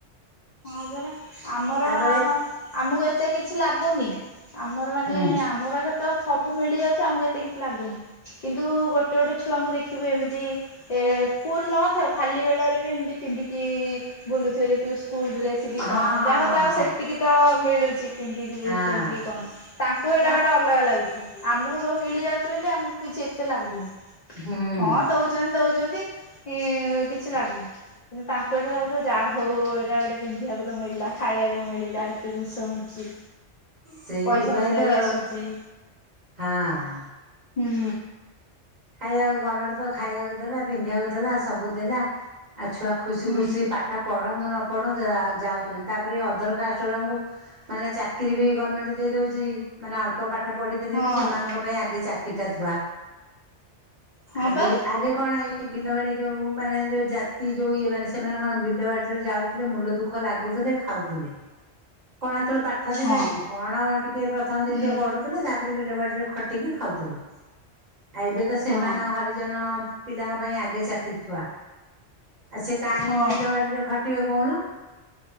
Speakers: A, on the left; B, on the right.
A: ହଁ ପରା, ଆମର
B: ତାପରେ
A: ଆମକୁ ଏତେ କିଛି ଲାଗୁନି ଆମର ମାନେ
B: ହୁଁ
A: ଆମ ପାଖରେ ତ ସବୁ ମିଳି ଯାଉଛି ଆମକୁ ଏତେ କିଛି ଲାଗୁନି କିନ୍ତୁ ଗୋ ଗୋଟେ ଗୋଟେ ଛୁଆଙ୍କୁ ଦେଖିବେ ଏମିତି ଏ ସ୍କୁଲ ନଥାଉ ଖାଲି ବେଳରେ ବି ଏମିତି ପିନ୍ଧିକି ବୁଲୁଥିବେ ଦେଖିବୁ ସ୍କୁଲ ଡ୍ରେସ୍ କି କଣ
B: ହଁ ହଁ
A: ଯାହା ହଉ
B: ହଁ
A: ତାଉ
B: ହଁ
A: ସେତିକି ତ ମିଳୁଛି ପିନ୍ଧିକି ବୁଲୁଛନ୍ତି
B: ହଁ
A: କି କଣ ତାଙ୍କୁ ସେଇଟା
B: ତା
A: ଗୋଟେ ଅଲଗା ଲାଗୁଥିବ। ଆମକୁ ସବୁ ମିଳିଯାଉଛି ବୋଲି ଆମକୁ କିଛି ଏତେ ଲାଗୁନି।
B: ହୁଁ
A: ହଁ ଦଉ ଦଉଛନ୍ତି ଦଉଛନ୍ତି ଇ କିଛି ଲାଗୁନି। କିନ୍ତୁ ତାଙ୍କଠାରୁ ଆ ତ ଯାହା ହଉ ଏଇଟା ଗୋଟେ ପିନ୍ଧିବାକୁ ତ ମିଳିଲା, ଖାଇବାକୁ ମିଳିଲା, ଏତେ ଜିନିଷ ମିଛି
B: ସେଇଥିପାଇଁ
A: ପଇସା ଫଇସା
B: ତ
A: ବି ଆସୁଛି।
B: ହଁ
A: ହୁଁ
B: ଖାଇବାକୁ ଗଭର୍ଣମେଣ୍ଟ ତ ଖାଇବାକୁ ଦେଲା ପିନ୍ଧିବାକୁ ଦେଲା ସବୁ ଦେଲା ଆଉ ଛୁଆ ଖୁସି
A: ହୁଁ
B: ଖୁସି ପାଠ ପଢନ୍ତୁ ନ ପଢ଼ନ୍ତୁ ଯାଉଛନ୍ତି। ତାପରେ ଅଧର କାଷ୍ଟ ଗୁଡାଙ୍କୁ ମାନେ ଚାକିରି ବି ଗମେଣ୍ଟ ଦେଇଦଉଛି। ମାନେ ଅଳ୍ପ ପାଠ ପଢିଥିଲେ
A: ହଁ
B: ବି ସେମାନଙ୍କ ପାଇଁ ଆଗେ ଚାକିରିଟା ଥୁଆ।
A: ହଁ
B: ଆଗେ
A: ପା
B: ଆଗେ କଣ ଏଇ ଏଇ ବିଲବାଡି ଯୋଉ ମାନେ ଯୋଉ ଜାତି ଯୋଉ ଇଏ ମାନେ ସେମାନେ କଣ ବିଲବାଡି ରେ ଯାଉଥିଲେ ମୁୂଲ ଦୁଃଖ ଦୁଖ ଲାଗୁଥିଲେ ଖାଉଥିଲେ। କଣ ସେତେବେଳେ ପା ପାଠ
A: ହଁ
B: ଥିଲା କି? କଣ ଟିକେ ପ୍ରଥମ
A: ହୁଁ
B: ଦ୍ଵିତୀୟ ପଡୁ ଥିଲେ ତାପରେ ବିଲବାଡିରେ ଖଟିକି ଖାଉଥିଲେ। ଆଉ ଏବେ ତ ସେମାନେ
A: ହଁ
B: ହ ଜନ ପିଲାଙ୍କ ପାଇଁ ଆଗେ ଚାକିରି ଥୁଆ। ଆ ସେ କାଇଁ
A: ହଁ
B: ବିଲବାଡିରେ ଖ ଟିବେ କହୁନ?